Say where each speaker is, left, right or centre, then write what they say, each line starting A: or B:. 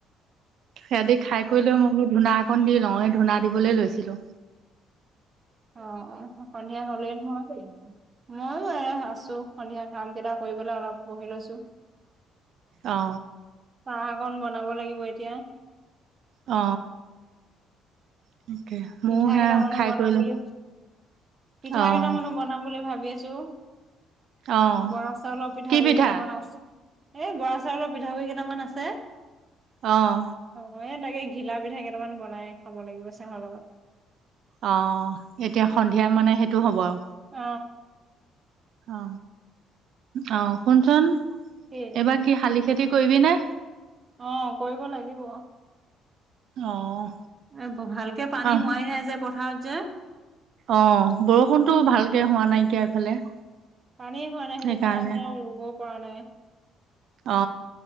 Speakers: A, on the right; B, on the right.
A: সিহঁতি খাই কৰি লৈ মই বোলো ধূনা অকন দি লওঁ এই ধূনা দিবলে লৈ ছিলো
B: অ সন্ধিয়া হলেই নহয় ময়ো এ আছো সন্ধিয়া কাম কেইটা কৰিবলৈ অলপ বহি লৈছো
A: অ
B: চাহ অকন বনাব লাগিব এতিয়া
A: অ তাকে ময়ো
B: পিঠা
A: সেয়া
B: কেইটামানো
A: খাই
B: বনাম
A: কৰি লৈ
B: বুলি ভ পিঠা
A: অ',
B: কেইটামানো বনাম বুলি ভাবি ভাবি আছো
A: অ',
B: বৰা চাউলৰ পিঠাগুৰি
A: কি পিঠা?
B: কেইটামান আছে এই বৰা চাউলৰ পিঠাগুড়ি কেইটামান আছে
A: অহ।
B: এই তাকে ঘিলা পিঠা কেইটামান বনাই খাব লাগিব চাহৰ লগত।
A: অ এতিয়া সন্ধিয়া মানে সেইটো হ'ব আও
B: অ
A: অ আহ শুনচোন।
B: কি?
A: এইবাৰ কি শালি খেতি কৰিবি নে?
B: অ কৰিব লাগিব।
A: অ',
B: এ ভালকে পানী
A: অ',
B: হোৱাই নাই যে। পথাৰত যে।
A: অ বৰষুণতো ভালকে হোৱা নাইকিয়া এইফালে।
B: পানীয়ে হোৱা নাই
A: সেইকাৰণে
B: সেইটো কাৰণে ৰুব। পৰা নাই।
A: অ।